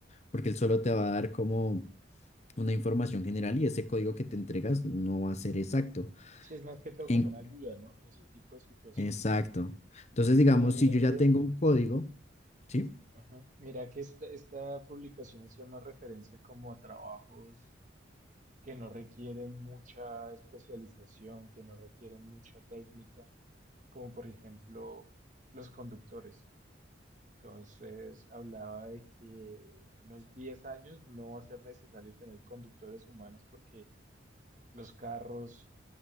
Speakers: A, on the left; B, on the right.
A: porque él solo
B: Ujú.
A: te va a dar como una información general y ese código que te entregas no va a ser exacto.
B: Sí, es más que todo
A: En-
B: como una ayuda, ¿no? En ese tipo de situaciones.
A: exacto. Entonces, digamos,
B: Pero
A: si
B: mira
A: yo ya
B: que,
A: tengo un código, ¿sí?
B: ajá, mira que esta, esta publicación hacía más referencia como a trabajos que no requieren mucha especialización, que no requieren mucha técnica, como por ejemplo los conductores. Entonces hablaba de que en unos 10 años no va a ser necesario tener conductores humanos porque Los carros,